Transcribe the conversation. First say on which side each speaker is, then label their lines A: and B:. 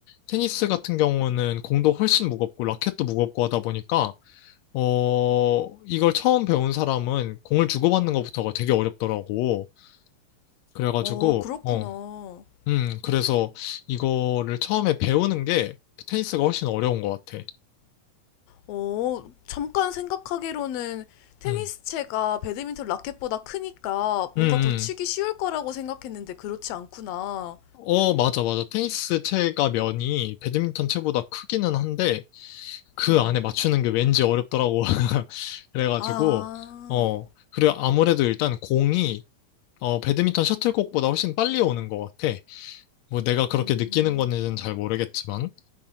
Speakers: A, on the left; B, on the left.
A: 테니스 같은 경우는 공도 훨씬 무겁고 라켓도 무겁고 하다 보니까 어 이걸 처음 배운 사람은 공을 주고받는 것부터가 되게 어렵더라고. 그래가지고
B: 어, 그렇구나.
A: 어 음 그래서 이거를 처음에 배우는 게 테니스가 훨씬 어려운 것 같아.
B: 어, 잠깐 생각하기로는 테니스채가
A: 음.
B: 배드민턴 라켓보다 크니까 뭔가
A: 음, 음.
B: 더 치기 쉬울 거라고 생각했는데 그렇지 않구나.
A: 어, 맞아, 맞아. 테니스 채가 면이 배드민턴 채보다 크기는 한데, 그
B: 음.
A: 안에 맞추는 게 왠지 어렵더라고. <laughs> 그래가지고,
B: 아,
A: 어, 그리고 아무래도 일단 공이, 어, 배드민턴 셔틀콕보다 훨씬 빨리 오는 것 같아. 뭐 내가 그렇게
B: 음,
A: 느끼는 건지는 잘 모르겠지만,